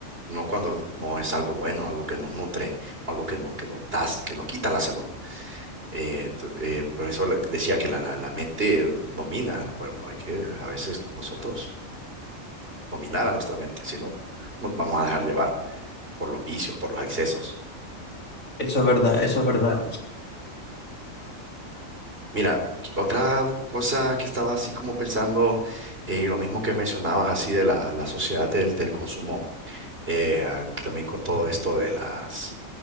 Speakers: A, on the right (about 45°); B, on the left (about 85°).
A: no cuando no es algo bueno, algo que nos nutre, algo que nos, que nos da, que nos quita la salud. Eh, tu- eh, por eso le- decía que la, la, la mente domina al cuerpo, hay que a veces nosotros dominar a nuestra mente, si no nos vamos a dejar llevar por los vicios, por los excesos.
B: Eso es verdad, eso es verdad.
A: Mira, otra cosa que estaba así como pensando, eh, lo mismo que mencionabas así de la, la sociedad del, del consumo, eh, también con todo esto de las,